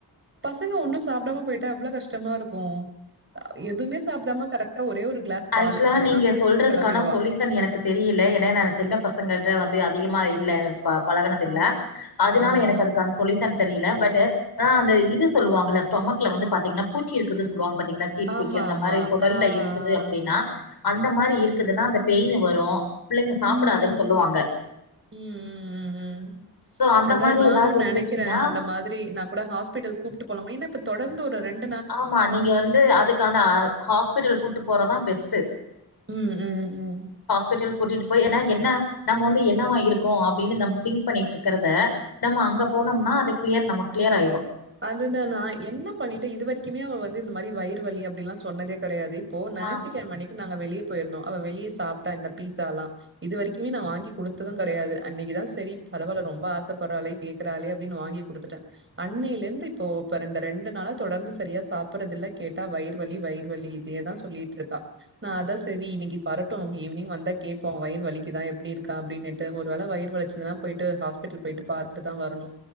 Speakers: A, on the right; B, on the left.
A: பசங்க ஒண்ணோ சாப்டாம போயிட்டா எவ்வளோ கஷ்டமா இருக்கோ எதுவுமே சாப்டாம கரெக்டா ஒரே ஒரு கிளாஸ்
B: அதுக்கலா
A: பாலு அவ்ளோதா
B: நீங்க
A: குடிச்சிட்டு
B: சொல்றதுக்கானா
A: கெளம்பிடுவா
B: சொலிஸ் சன் எனக்கு தெரீயுல ஏனா நா சின்ன பசங்கள்ட்ட வந்து அதிகமா இல்ல ப பழகனது இல்ல
A: ஆ
B: அதனால
A: ஆ
B: எனக்கு அதுக்கான சொலீசன் தெரியுல பட்டு அந்த இது சொல்லுவாங்க ஸ்டொமக்ல வந்து பாத்தீங்கன்னா பூச்சி இருக்குது சொல்லுவாங்க பாத்தீங்களா கீருபூச்சி
A: ஆமா
B: அந்த
A: ஆமா.
B: மாரி கொடல்ல
A: ஆ, ஆ.
B: இருக்குது அப் டீனா அந்த மாரி இருக்குதுன்னா அந்த மாரி பெயின்னு வரோ பிள்ளைங்க சாப்புடாதுன்னு
A: ம், ம்.
B: சொல்லுவாங்க
A: ம் ம் ம்
B: சோ அந்த
A: அதா
B: மாரி
A: நானு
B: ஏதாவது
A: நெனைக்கிறே
B: இருந்துச்சுன்னா
A: அந்த மாரி நா ஹாஸ்பிட்டல் கூப்ட்டு போலாமான்னு மெயினா இப்ப தொடர்ந்து ஒரு ரெண்டு
B: ஆமா நீங்க வந்து அதுக்கான ஹாஸ்பிடல் கூட்டு போறதா பெஸ்ட்டு
A: ம் ம் ம்
B: ஹாஸ்பிட்டல் கூட்டிட்டு போய் ஏன்னா என்ன நம்ம வந்து என்னவா இருக்கோ அப்டின்னு நம்ம திங்க் பண்ணிட்ருக்கறத நம்ம அங்க போனோம்னா அது கிளியர் நம்ம கிளியர் ஆயிடோ
A: அதுதானா என்ன பண்ணிட்டு இது வெரிக்குமே அவ வந்து இந்த மாரி வயிறு வலி அப்டீல்லா சொன்னதே கெடையாது இப்போ ஞாயத்தி
B: ஆ
A: கெழம அன்னிக்கி நாங்க வெளிய போயிருந்தோ அவ வெளிய சாப்ட்டா இந்த பீஸாசாலா இது வெரிக்குமே நா வாங்கி குடுத்தது கடையாது அன்னைக்கிதா சேரி பரவால ரொம்ப ஆசைப்பட்றாளே கேக்குறாளே அப்டீன்னு வாங்கி குடுத்துட்டே அன்னில இருந்து இப்போ இப்ப இந்த ரெண்டு நாள தொடர்ந்து சரியா சாப்புடுறதில்ல கேட்டா வயிறு வலி வயிறு வலி இதயேதா சொல்லிட்ருக்கா நா அதா சேரி இன்னிக்கி வரட்டோ ஈவினிங் வந்தா கேப்போ வயிறுவலிக்குதா எப்டி இருக்கா அப்டீன்ட்டு ஒரு வேல வயுறு வள்ச்சுதுன்னா போயிட்டு ஹாஸ்பிட்டல் போயிட்டு பாத்துட்டு தா வரணோ